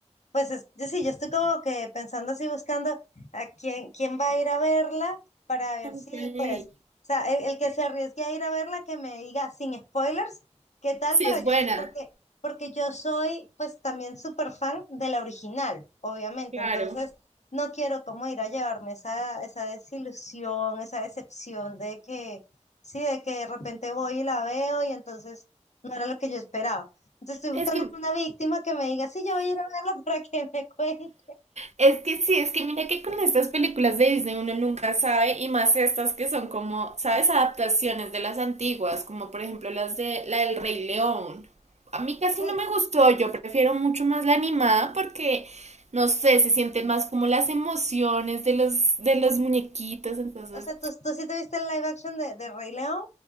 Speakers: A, on the left (about 70°); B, on the right (about 65°).
A: Pues es- yo sí, yo estoy como que pensando así, buscando a quién, quién va a ir a verla para ver
B: Ok.
A: si, pues, o sea, el, el que se arriesgue a ir a verla, que me diga sin spoilers, qué tal,
B: Sí,
A: pero
B: es
A: yo,
B: buena,
A: s- porque, porque yo soy, pues, también súper fan de la original, obviamente,
B: claro.
A: entonces no quiero como ir a llevarme esa, esa desilusión, esa decepción de que, sí, de que de repente voy y la veo y entonces no era lo que yo esperaba. Entonces estoy buscando
B: Es que
A: una víctima que me diga, sí, yo voy a ir a verla para que me cuente.
B: Es que sí, es que mira que con estas películas de Disney uno nunca sabe, y más estas que son como, ¿sabes? Adaptaciones de las antiguas, como por ejemplo las de la del Rey León. A mí casi
A: Ay,
B: no me gustó, yo prefiero mucho más la animada porque, no sé, se sienten más como las emociones de los, de los muñequitos, entonces...
A: o sea, ¿tú, tú sí te viste el live action de, de Rey León?